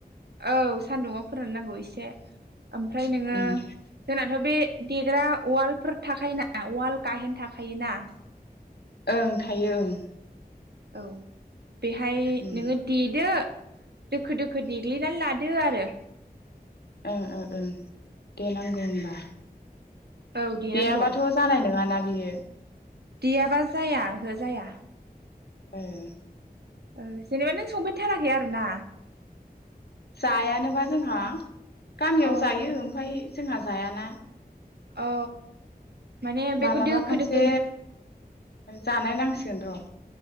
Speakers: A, on the right; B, on the left.
A: औ सान्दुङाव फोराननांगौ इसे ओमफ्राय नोङो
B: ओं
A: जोंनाथ' बे देग्रा उवालफोर थाखायोना उवाल गाहेन थाखायोना
B: ओं थायो ओं
A: औ बेहाय
B: उम
A: नोङो देदो दोखो दोखो देग्लिनान लादो आरो
B: ओ ओ ओ देनांगौ होमबा
A: औ देनांगौ
B: देयाबाथ' जानाय नोङाना बेयो
A: देयाबा जाया ओहो जाया
B: ओम
A: ओ जेनेबा नों संफेरथाराखै आरोना
B: जायानोबा जोंहा गामियाव
A: अ
B: जायो ओमफाय जोंहा जायाना
A: औ माने बेखौ
B: मालाबा
A: दोखो
B: खनसे
A: दोखो
B: जानाय नांसिगोन र'